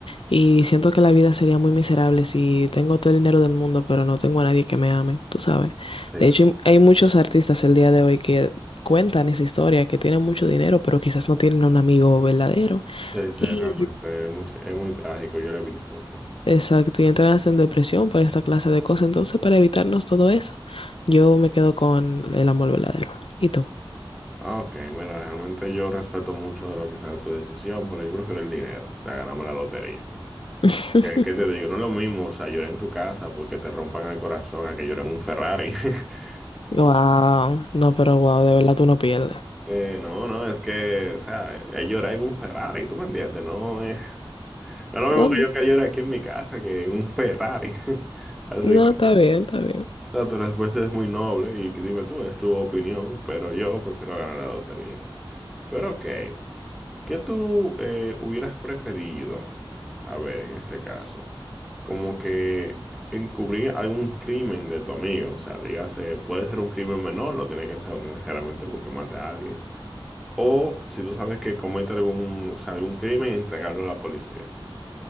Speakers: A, on the left (about 75°); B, in the centre.
A: y siento que la vida sería muy miserable si tengo todo el dinero del mundo, pero no tengo a nadie que me ame, tú sabes.
B: Sí,
A: De
B: sí.
A: hecho, hay hay muchos artistas el día de hoy que cuentan esa historia, que tienen mucho dinero, pero quizás no tienen un amigo verdadero.
B: Sí, sí,
A: Y
B: realmente, es muy, es muy trágico, yo lo he visto, sí.
A: exacto, y entran en depresión por esta clase de cosas. Entonces, para evitarnos todo eso, yo me quedo con el amor verdadero. ¿Y tú?
B: Ah, Ok, mira, realmente yo respeto mucho lo que sea tu decisión, pero yo prefiero el dinero, o sea, ganarme la lotería.
A: <laughs>
B: Porque, ¿qué te digo? No es lo mismo, o sea, llorar en tu casa porque te rompan el corazón a que llore en un Ferrari. <laughs>
A: Wow, no, pero wow, de verdad tú no pierdes.
B: Eh, no, no, es que, o sea, es llorar en un Ferrari, ¿tú me entiendes? No, eh, no es lo mismo
A: No,
B: que yo que llore aquí en mi casa que en un Ferrari. <laughs> Así
A: no,
B: que,
A: está bien, está bien.
B: o sea, tu respuesta es muy noble y dime tú, es tu opinión, pero yo prefiero ganar la lotería. Pero ok. ¿Qué tú eh, hubieras preferido? A ver, en este caso, como que encubrir algún crimen de tu amigo, o sea, dígase, puede ser un crimen menor, no tiene que ser necesariamente porque mate a alguien, o si tú sabes que comete algún, o sea, algún crimen, entregarlo a la policía.